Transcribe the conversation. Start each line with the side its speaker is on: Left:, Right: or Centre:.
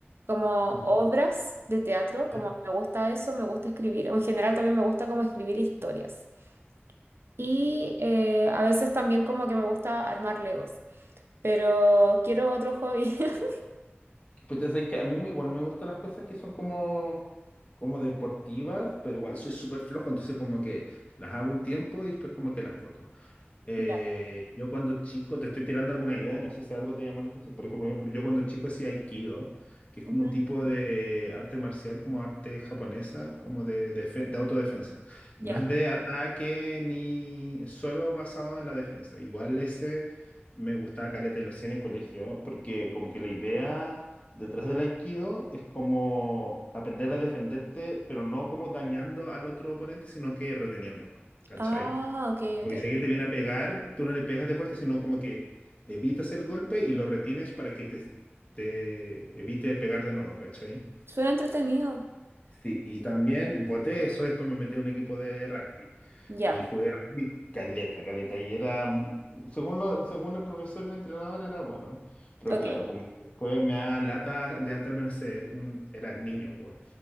Right: como
Left: ya,
Right: obras de teatro, como
Left: ya.
Right: me gusta eso, me gusta escribir. En general también me gusta como escribir historias. Y eh, a veces también como que me gusta armar Legos, pero quiero otro hobby. <laughs>
Left: Pues ya sabes que a mí me- igual me gustan las cosas que son como, como deportivas, pero igual soy súper flojo, entonces como que las hago un tiempo y después como que las boto. Eh,
Right: Ya.
Left: yo cuando chico, te estoy tirando alguna idea, no sé si algo te llama la atención. Por ejemplo, por ejemplo, yo cuando chico hacía Aikido, que es
Right: Ujú.
Left: como un tipo de arte marcial, como arte japonesa, como de, defe- de autodefensa.
Right: Ya,
Left: No es de ataque ni es solo basado en la defensa. Igual ese me gustaba caleta y lo hacía en el colegio, porque como que la idea detrás del Aikido es como aprender a defenderte, pero no como dañando al otro oponente, sino que reteniéndolo. ¿Cachai?
Right: Ah, ok,
Left: Como
Right: ok.
Left: que si alguien te viene a pegar, tú no le pegas de vuelta, sino como que evitas el golpe y lo retienes para que te, te evite pegar de nuevo, ¿cachai?
Right: Suena entretenido.
Left: Sí, y también voté eso, después me metí a un equipo de rugby
Right: ya,
Left: y jugué rugby caleta, caleta, y era, mm, según, lo- según el profesor y el entrenador, era bueno, pero
Right: ok,
Left: claro, como que después me da lata levantarme, no sé, un, era niño, pues,